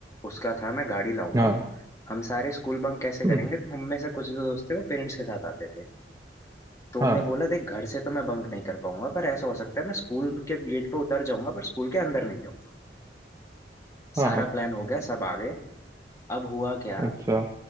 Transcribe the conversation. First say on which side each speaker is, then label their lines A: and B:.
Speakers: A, on the left; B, on the right.
A: उसका था मैं गाड़ी लाऊंगा
B: हाँ
A: हम सारे स्कूल बंक कैसे करेंगे
B: हम्म
A: तो हम में से कुछ जो दोस्त थे वो पेरेंट्स के साथ आते थे तो
B: हाँ
A: उनने बोला देख घर से तो मैं बंक नहीं कर पाऊंगा पर ऐसा हो सकता है मैं स्कूल के गेट पे उतर जाऊंगा पर स्कूल के अंदर नहीं जाऊंगा सारा
B: हाँ
A: प्लान हो गया सब आ गए अब हुआ क्या
B: अच्छा